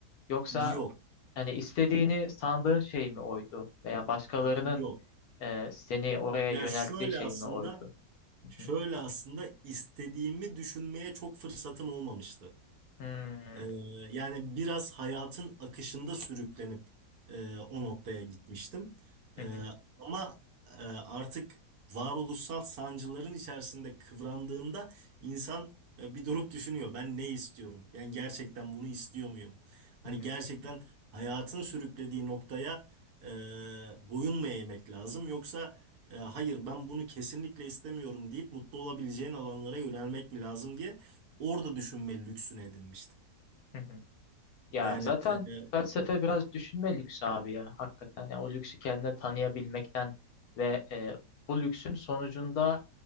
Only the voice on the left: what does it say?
Yoksa
hani istediğini sandığın şey mi oydu? Veya başkalarının
ee, seni oraya
yönelttiği
şey
mi oydu? Hı
hı.
Hmm,
hı hı,
hı hı,
hı hı. Ya
zaten
felsefe biraz düşünme lüksü abi ya. Hakikaten ya o lüksü kendine tanıyabilmekten ve e, bu lüksün sonucunda